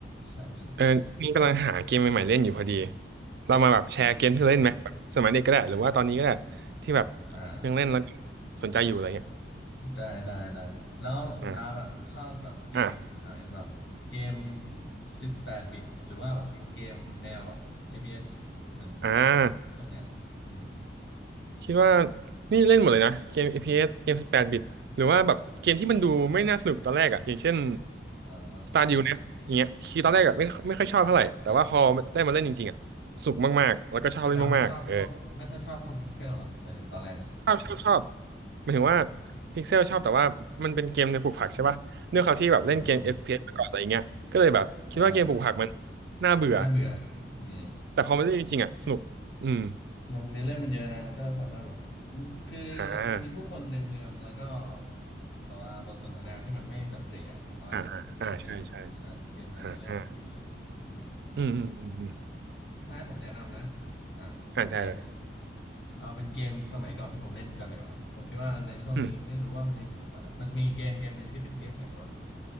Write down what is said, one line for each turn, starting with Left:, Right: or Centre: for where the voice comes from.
Left: ใช่ใช่
Right: เออนี่กำลังหาเกมใหม่ๆเล่นอยู่พอดีเรามาแบบแชร์เกมที่เราเล่นไหมแบบสมัยเด็กก็ได้หรือว่าตอนนี้ก็ได้
Left: อืม
Right: ที่แบบ
Left: อ่า
Right: ยังเล่นแล้วสนใจอยู่อะไรเงี้ย
Left: ได้ได้ได้แล้วดาบอะชอบแบบเกมอะไรแบบเกม
Right: อ่าอ่า
Left: สิบแปดบิตหรือว่าแบบเป็นเกมแนวแบบ FPS เอสเหมือน
Right: อ่า
Left: พวกเนี้ยอืม
Right: คิดว่านี่เล่นหมดเลยนะเกม FPS เอสเกม18บแปดบิตหรือว่าแบบเกมที่มันดูไม่น่าสนุกตอนแรกอ่ะอย่างเช่น
Left: อ่า
Right: Stardew เนี่ยอย่างเงี้ยคือตอนแรกอ่ะไม่ไม่ค่อยชอบเท่าไหร่แต่ว่าพอได้มาเล่นจริงๆอ่ะสุกมากๆแล้วก็ชอบเล่นมากๆเออ
Left: ดาบไม่ชอบพวกไม่ค่อยชอบพวกพิกเซลเหรอหมายถึงตอนแรกอะแบบ
Right: ชอบชอบชอบหมายถึงว่าพิกเซลชอบแต่ว่ามันเป็นเกมในปลูกผักใช่ป่ะด้วยความที่แบบเล่นเกม
Left: อืม
Right: FPS มาก่อนอะไรเงี้ยก็เลยแบบคิดว่าเกมปลูกผักมัน
Left: อ่า
Right: น่าเบื่อ
Left: น่าเบื่ออืม
Right: แต่พอมาเล่นจริงๆอ่ะสนุกอืม
Left: มันเนื้อเรื่องมันเยอะนะแล้วก็สามารถแบบคือ
Right: อ่า
Left: มีผู้คนในเมืองแล้วก็แบบว่าบทสนทนาที่มันไม่จำเจอ่ะผมว่ามันโอเคอยู่ใช่เป็นเกมในเนื้อเรื่องดีเลยอืม
Right: อ่าอ่าอ่าใช่ใช่อ่าอ่าอืมอืมอืมอืม
Left: ใช่ ถ้าให้ผมแนะนำนะอ่ะเกม
Right: อ่าใช่เลย
Left: เอาเป็นเกมสมัยก่อนที่ผมเล่นกันดีกว่าผมคิดว่าในช่วงนี้ไม่รู้ว่ามันยังอยู่หรือเปล่านะมันจะมีเกมเกมหนึ่งที่เป็นเกมแข่งรถ
Right: อืม